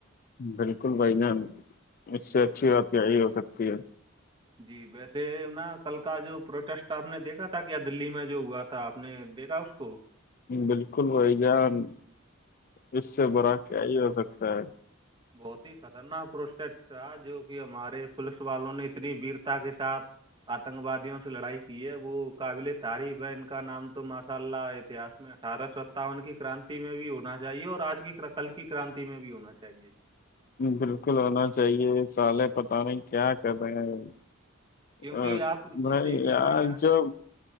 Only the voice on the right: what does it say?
جی
جی جی ویسے نا کل کا جو پروٹیسٹ آپ نے دیکھا تھا کیا دللی میں جو ہوا تھا آپ نے دیکھا اس کو
بہت ہی خطرناک پروسیکٹ تھا جو کہ ہمارے پوولس والوں نے اتنی ویرتا کے ساتھ آتنک وادیوں سے لڑائی کی ہے وہ قابل تعریف ہے ان کا نام تو ماشاء اللہ اتہس میں اٹھارہ سو ستاون کی کرانتی میں بھی ہونا چاہیے اور آج کی کل کی کرانتی میں بھی ہونا چاہیے
کیونکہ
آپ یہ
دیکھیے
بھائی جان